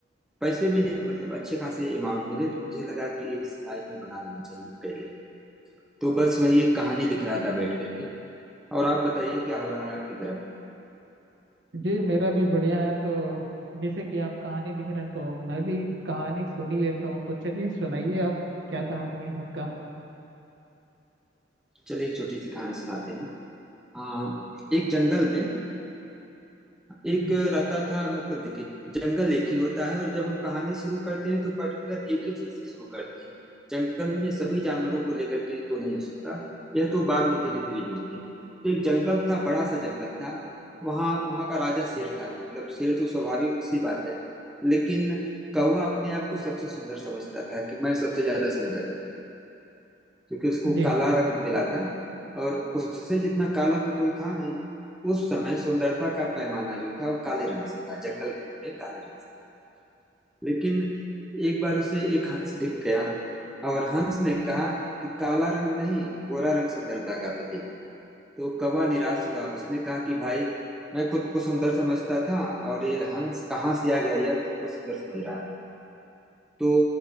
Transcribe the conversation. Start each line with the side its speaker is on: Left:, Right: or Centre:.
Centre: पैसे मिले मतलब अच्छे खासे अमाउंट मिले तो मुझे लगा कि इस लाइन में बना लेना चाहिए करियर तो बस वही एक कहानी लिख रहा था बैठ करके और आप बताइए क्या हो रहा है आपकी तरफ
Right: जी मेरा भी बढ़िया है तो जैसे कि आप कहानी लिख रहे हैं तो मैं भी कहानी सुन ही लेता हूँ तो चलिए सुनाइए आप क्या कहानी है आपका
Centre: चलिए एक छोटी सी कहानी सुनाते हैं हाँ एक जंगल में एक
Right: हम्म,
Centre: रहता था मतलब देखिए जंगल एक ही होता है और जब हम कहानी शुरू करते हैं तो पर्टिकुलर एक ही चीज से शुरू करते हैं जंगल में सभी जानवरों को लेकर के तो नहीं हो सकता यह तो बाद में धीरे धीरे जुड़ते हैं तो एक जंगल था बड़ा सा जंगल था वहाँ वहाँ का राजा शेर था मतलब शेर तो स्वाभाविक सी बात है लेकिन कौवा अपने आप को सबसे सुंदर समझता था कि मैं सबसे ज्यादा सुंदर हूँ क्योंकि उसको
Right: जी
Centre: काला रंग मिला था और उससे जितना काला तो कोई था नहीं उस समय सुंदरता का पैमाना जो था वो काले रंग से था जंगल की में काले रंग से था लेकिन एक बार उसे एक हंस दिख गया और हंस ने कहा कि काला रंग नहीं गोरा रंग सुंदरता का प्रतीक है तो कौवा निराश हुआ उसने कहा कि भाई मैं खुद को सुंदर समझता था और ये हंस कहाँ से आ गया यह खुद को सुंदर समझ रहा है तो